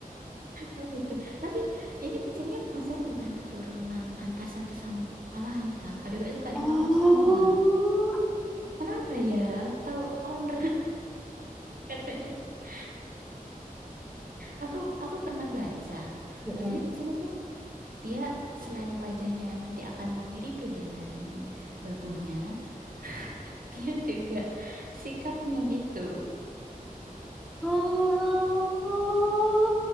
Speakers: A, on the right (about 70°); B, in the centre.
A: Oh gitu. Tapi ini kucingnya masalahnya bukan keturunan antar satu sama lain, Kak. Pada gak suka
B: Oh,
A: dipangku semua. Kenapa ya? Atau owner <laughs> katanya. sih. Aku aku pernah baca.
B: Mm-mm.
A: Katanya kucing itu dia selain wajahnya nanti akan memiripi dengan babunya, <laughs> dia juga sikapnya gitu.
B: Oh,